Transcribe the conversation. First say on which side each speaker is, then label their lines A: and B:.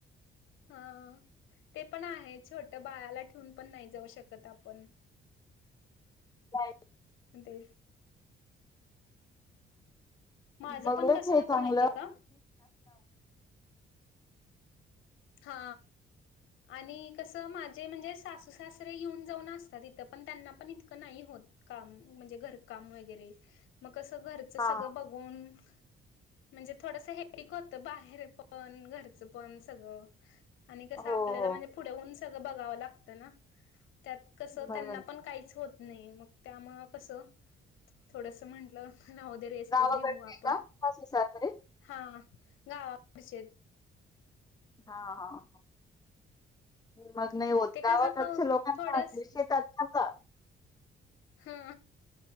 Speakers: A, on the left; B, on the left.
A: हा ते पण आहे छोट बाळाला ठेऊून पण नाही जाऊ शकत आपण
B: का
A: ते माझं
B: बग
A: पण कसं
B: हे
A: होतं
B: चांगलं
A: माहितीय का हा आणि कस माझे म्हणजे सासू सासरे येऊन जाऊन असतात तथं पण त्यांना पण इतकं नाही होत काम म्हणजे घरकाम वगैरे मग असं घरच
B: हा
A: सगळ बघून म्हणजे थोडस हेिक होतं बाहेर पण घरचं पण सगळं आणि कसं
B: हो
A: आपल्याला
B: हो.
A: म्हणजे पुढे होऊन सगळं बघावं लागतं ना त्यात कस
B: बरोबर.
A: त्यांना पण काहीच होत नाही मग त्यामुळं कसं थोडंसं म्हटलं हद्या रेस्टच
B: गावाकडची
A: घेऊ आपण
B: आहे का का सुसारकडे?
A: हा ना आडश
B: हा हा मग नाही होत
A: ते
B: गावाकडच
A: कसं क
B: लोकां
A: थोडस
B: शेतात का
A: हा